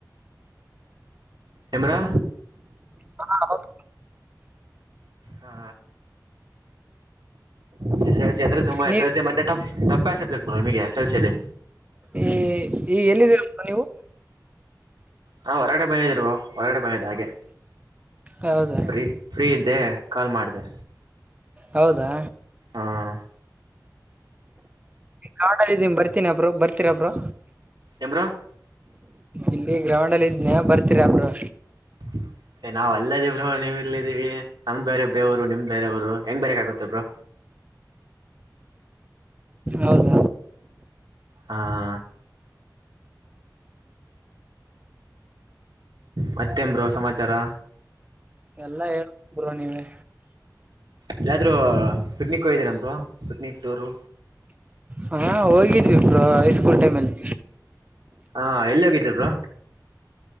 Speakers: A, on the right; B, on the right.
A: ಏನ್ ಬ್ರೋ
B: ಹಾ ಹೌದು
A: ಹ ಹಾ ಸ ಯಾದ್ರು ತುಂಬಸೆ
B: ನೀವ್
A: ಎಸ್ ಲ್ ಸಿ ತಪ್ಪ ಮತ್ತೆ ತಪ್ಪಸತಿ ನಿಮಗೆ ಸಲ್ಸಲ್ಲಿ
B: ಈ್ಮ ಈಗ ಎಲ್ಲಿದ್ದೀರಪ್ಪ ನೀವು
A: ಹಾ ಹೊರಗಡೆ ಬ್ರೋ ಹೊರಗಡೆ ಬಂದಿದೆ ಹಾಗೆ
B: ಹೌದಾ
A: ಬ್ರೀ ಫ್ರೀ ಇದ್ದೆ ಕಾಲ್ ಮಾಡಿದೆ
B: ಹೌದಾ
A: ಹಾ
B: ಕಾಡಗಿದೀನಿ ಬರ್ತಿ ರ್ತೀನಿ ಬ್ರೋ ಬರ್ತರ ಬಬ್ರೋ
A: ಎನ್ ಬ್ರೋ
B: ಇಲ್ಲಿ ಗ್ರೌಂಡ್ ಅಲ್ಲಿ ಇದ್ನೇ ಬರ್ತೀರ ಒಬ್ರು
A: ಹ್ಮ ನಾವ್ ಅಲ್ಲದಿವಿ ಬ್ರೋ ನೀವು ಇಲ್ಲಿದ್ದೀವಿ ನಮ್ದ್ ಬೇರೆ ಊ ರು ನಿಮ್ ಬೇರ ಊರು ಹೆಂಗ್ ಬರಕಾಗುತ್ತೆ ಬ್ರೋ
B: ಹೌದ
A: ಹಾ ಮತ್ತೆ ಏನ್ ಬ್ರೋ ಸಮಾಚಾರ
B: ಎಲ್ಲ ಹೇಳ್ಬೇಕು ಬ್ರೋ ನೀವೇ
A: ಎಲ್ಲಾದ್ರು ಪಿಕ್ನಿಕ್ ಹೋಗಿದಿರನ್ ಬ್ರೋ ಪಿಕ್ನಿಕ್ ಟೂರು
B: ಹಾ ಹೋಗಿದ್ವಿ ಬ್ರೋ ಹೈಸ್ಕೂಲ್ ಟೈಮ್ ಅಲ್ಲಿ
A: ಹಾ ಎಲ್ಲಿ ಹೋಗಿದ್ದೆ ಬ್ರೋ